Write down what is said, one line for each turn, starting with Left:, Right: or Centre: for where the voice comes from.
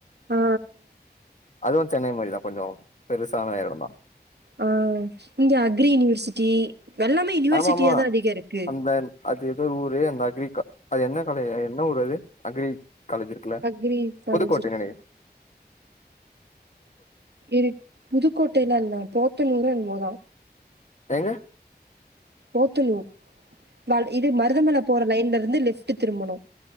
Right: ஆ,
Left: அதுவு சென்னை மாரிதா கொஞ்ச பெருசான எடந்தா
Right: ஆ இங்க அக்ரி யுனிவர்சிட்டி எல்லாமே யுனிவர்சிட்டியாதா
Left: ஆமாமா
Right: அதிக இருக்கு
Left: அந்த அது எதோ ஊரு அந்த அக்ரி கா அது என்ன காலே என்ன ஊர் அது அக்ரி காலேஜ் இருக்குல
Right: அக்ரி காலேஜ்
Left: புதுக்கோட்டை
Right: இருக்கு.
Left: நெனைக
Right: இருக் புதுக்கோட்டைலா இல்ல போத்தனூறோ என்மோதா
Left: எங்க
Right: போத்தனூர் வால் இது மருதமல போற லைன்லருந்து லெஃப்ட்டு திரும்பணு